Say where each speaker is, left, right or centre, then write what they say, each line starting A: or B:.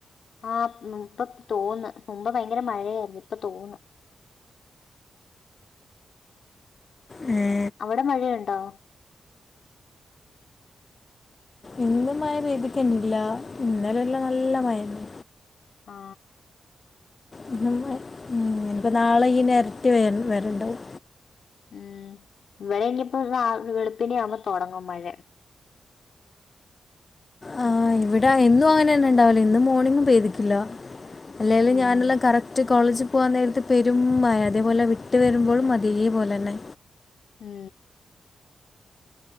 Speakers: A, on the left; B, on the left.
A: ആ മ് ഇപ്പ തോന്ന് മുമ്പ് ഭയങ്കര മഴയായ്ര്ന്ന് ഇപ്പ തോന്നാ
B: ഉം
A: അവിടെ മഴയുണ്ടോ
B: ഇന്നും മഴ പെയ്ത്ക്കെന്നെഇല്ല ഇന്നലെല്ലാം നല്ല മഴന്നെ
A: ആ
B: ഇന്നും മഴ ഉം ഇഞ്‌പ്പം നാളെ ഇയ്യ്ന്റെ എര്ട്ടി വെ വെര്ണ്ടാവും
A: ഉം ഇവടെ ഇഞ്ഞ്പ്പം നാ വെളുപ്പിനെ ആവ്മ്പേ തൊടങ്ങും മഴ
B: ആ ഇവിടെ എന്നും അങ്ങനെയെന്നെ ഇണ്ടാവല് ഇന്ന് മോർണിങ്ങും പേയ്തിട്ടില്ല അല്ലെല്
A: ഉം
B: ഞാന്ള്ള കറക്റ്റ് കോളേജ് പോവാനേരത്ത് പെരുംമഴ അതേപോലെ വിട്ട് വരുമ്പോളും അതെ പോലെന്നെ
A: മ്